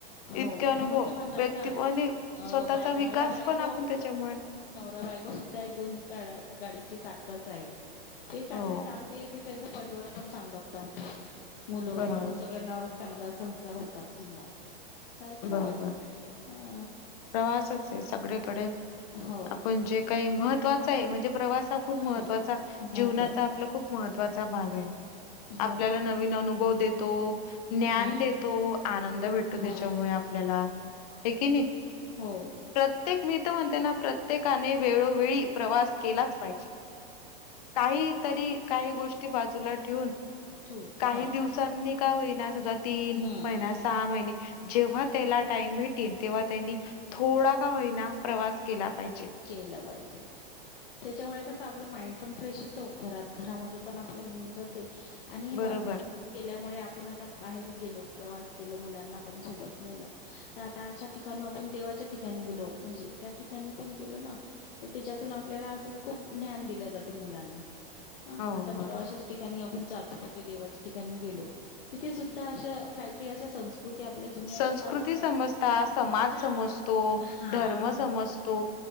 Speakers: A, on the left (about 65°); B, on the left (about 40°).
A: हो
B: इतके
A: म्हणून
B: अनुभव
A: तर म्हणतात
B: व्यक्ति
A: ना
B: आणि
A: अ
B: स्वतःचा
A: बाय नवरा
B: विकास
A: बायको
B: पण आपण त्याच्यामुळे
A: नवरा बायको सुद्धा एक दोन गा-गाडीची चाकच आहे. ते चांगले
B: हो
A: चालले ते त्यांच परिवार पण चांगलाच चालतो मुलं
B: बरोबर.
A: बाळ सग चांगला संस्कार होतात समजा हा एक प्रवासच
B: बरोबर
A: हाय हा.
B: प्रवासच ए सगळीकडे
A: हो
B: आपण जे काही महत्वा चाय म्हणजे प्रवास हा खूप
A: हम्म
B: महत्त्वाचा
A: महत्वाचं
B: जीवनाचा आपला
A: आहे.
B: खूप महत्त्वाचा भागाय. आपल्याला
A: हो मॅडम
B: नवीन अनुभव देतो ज्ञान
A: हम्म
B: देतो आनंद भेटतो
A: हो
B: त्या त्याच्यामुळे आपल्याला हे की नाय.
A: हो
B: प्रत्येक मि तर म्हणतेना प्रत्येकाने वेळोवेळी प्रवास केलाच पाहिजे. काही तरी काही गोष्टी बाजूला ठेवून
A: ठेवून
B: काही
A: हो
B: दिवसांनी का होईना समजा तीन
A: हम्म
B: महिना सहा महिने जेव्हा त्याला टाईम भेटेन तेव्हा त्यांनी थोडा का होईना प्रवास केला पाहिजे.
A: केला पाहिजे. त्याच्यामुळे कसं आपलं माइंड पण फ्रेश होतो घरात घरामध्ये पण आपल्याला हे होऊन जाते. आणि हे
B: बरोबर.
A: बघा प्रवास केल्यामुळे आपण आता बाहेर गेलो प्रवास केलो मुलांना पण सोबत नेलं तर आता अशा ठिकाण आपण देवाच्या ठिकाणी गेलो म्हणजे त्या ठिकाणी पण गेलो ना तर त्याच्यातून आपल्याला असंच खूप ज्ञान दिलं जाते मुलांना. हा
B: हो,
A: आता
B: बरोबर.
A: प्रवाश्याच्या ठि कानी आपण जातो म ते देवाच्या ठिकाणी गेलो तिथे सुद्धा अशा काय काय अशा संस् कृती आपल्या जुन्या
B: संस्कृती
A: अशा लावलेल्या
B: समजता
A: आहे
B: समाज
A: त्याच्या
B: समजतो
A: हा
B: धर्म समजतो.